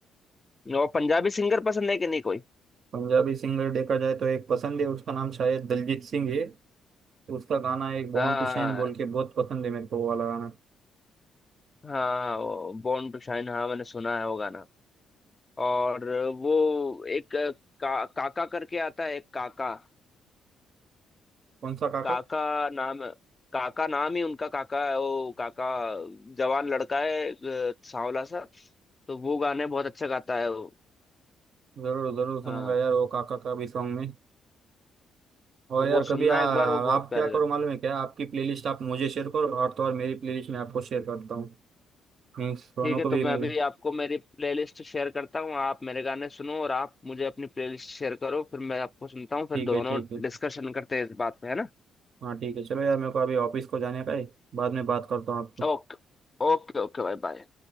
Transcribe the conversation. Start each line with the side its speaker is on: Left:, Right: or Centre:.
Left: और पंजाबी सिंगर पसंद है कि नहीं कोई
Right: पंजाबी सिंगर देखा जाए तो एक पसंद है उसका नाम शायद दलजीत सिंह है उसका गाना एक बॉर्न
Left: हाँ
Right: टू शाइन बोल के बहुत पसंद है मेरे को वो वाला गाना
Left: हाँ बॉर्न टू शाइन हाँ मैंने सुना है वो गाना और वो एक का, काका करके आता है एक काका
Right: कौन सा काका
Left: काका नाम काका नाम ही उनका काका है वो काका जवान लड़का है अ, सांवला सा तो वो गाने बहुत अच्छा गाता है वो
Right: जरूर जरूर
Left: हाँ
Right: सुनूंगा यार वो काका का भी सॉन्ग में और
Left: तो वो
Right: यार
Left: सुनना
Right: कभी आ, आप
Left: एक बार वो बहुत प्यारे
Right: क्या करो
Left: गाने
Right: मालूम है क्या आपकी प्लेलिस्ट आप मुझे शेयर करो और तो और मेरी प्लेलिस्ट मैं आपको शेयर करता हूँ मीन्स दोनों
Left: ठीक है
Right: को
Left: तो
Right: भी
Left: मैं
Right: मिले
Left: अभी आपको मेरी प्लेलिस्ट शेयर करता हूँ आप मेरे गाने सुनो और आप मुझे अपनी प्लेलिस्ट शेयर करो फिर मैं आपको सुनता हूँ फिर
Right: ठीक
Left: दोनों
Right: है ठीक है
Left: डिस्कशन करते हैं इस बात पे है ना
Right: हाँ ठीक है चलो यार मेरे को अभी ऑफिस को जाने का है बाद में बात करता हूँ आपसे
Left: ओके ओके ओके भाई बाय